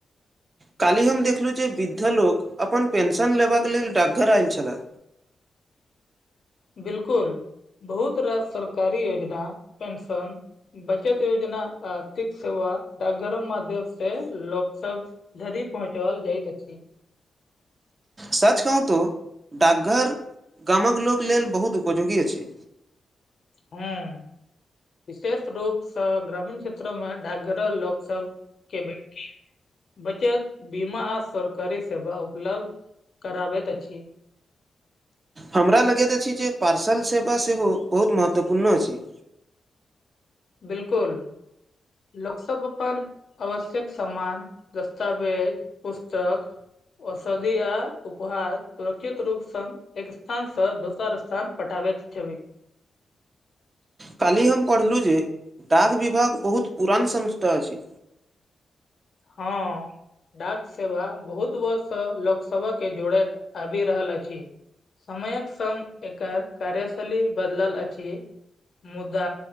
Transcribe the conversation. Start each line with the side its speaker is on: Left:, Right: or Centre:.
Right: काल्हि हम देखलहुँ जे वृद्ध लोक अपन पेंशन लेबाक लेल डकघर आयल छले
Left: बिलकुल बहुत रास सरकारी योजना पेंशन बचत योजना आर्थिक सेवा डाकघरम माध्यम से लोक सब घरी पहुँचल जाइत अछि।
Right: सच कहू तऽ डाकघर गामक लोक लेल बहुत उपयोगी अछि।
Left: हाँ विशेष रूप से ग्रामीण क्षेत्र में डाकघर लोक सब के बबैंकिंग बचत बीमा आ सरकारी सेवा उपलब्ध कराबैत अछि।
Right: हमरा लगैत अछि जे पार्सल सेवा सेहो बहुत महत्वपूर्ण अछि।
Left: बिलकुल लोकसभ अपन आवश्यक सामान दस्तावेज पुस्तक औषधि आ उपहार सुरक्षित रूप से एक स्थान से दोसर स्थान पठटाावे त छबी
Right: कालहि हम पढ़लहुँ जे डाक विभाग बहुत पुरान संस्था अछि।
Left: हाँ। डाक सेवा बहुत वर्ष सँ लोकसभ के जोड़ति आबि रहल अछि समयक संग एकर कार्यशैली बदलल अछि मुदा